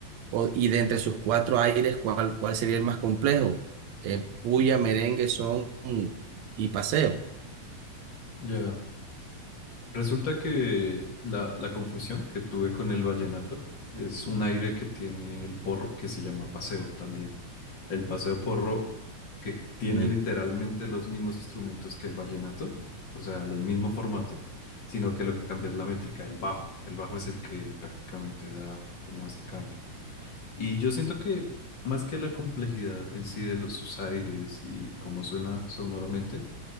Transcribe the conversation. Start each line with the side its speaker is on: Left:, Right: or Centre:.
Right: O- y de entre sus cuatro aires, ¿cuál, cuál sería el más complejo? Eh, puya, merengue, son y paseo.
Left: Ya. Resulta que la, la confusión que tuve con el vallenato es un aire que tiene el porro que se llama paseo también. El paseo porro que tiene
Right: Y,
Left: literalmente los mismos instrumentos que el vallenato, o sea, el mismo formato, sino que lo que cambia es la métrica, el bajo. El bajo es el que prácticamente da como ese cambio. Y yo siento que más que la complejidad en sí de los- sus aires y cómo suena sonoramente,